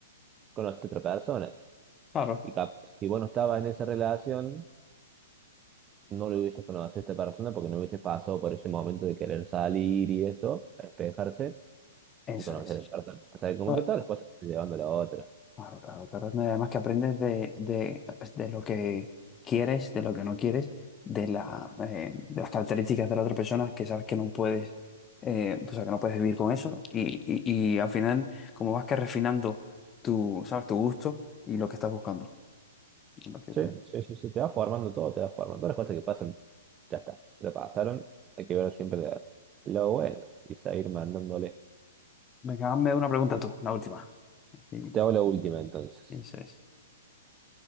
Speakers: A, on the right; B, on the left.
A: conociste otra persona.
B: claro.
A: Y capaz, si vos no estabas en esa relación, no le hubieses conocido a esta persona porque no hubieses pasado por ese momento de querer salir y eso, despejarse
B: Eso
A: y conocer
B: es.
A: a esta persona. O sea, como
B: Ah,
A: que todas las cosas te van llevando a la otra.
B: Claro, claro, claro. No, y Además que aprendes de, de, de lo que quieres, de lo que no quieres, de, la, eh, de las características de la otra persona que sabes que no puedes, eh, o sea, que no puedes vivir con eso. Y, y, y al final, como vas que refinando tu, ¿sabes? tu gusto y lo que estás buscando. A partir
A: Sí,
B: de- ahí.
A: sí, sí, sí, te va formando todo, te va formando. Todas las cosas que pasan, ya está, ya pasaron. Hay que ver siempre la- lo bueno y seguir mandándole.
B: Venga, hazme una pregunta tú, la última. Sí,
A: Te hago la última entonces.
B: eso es.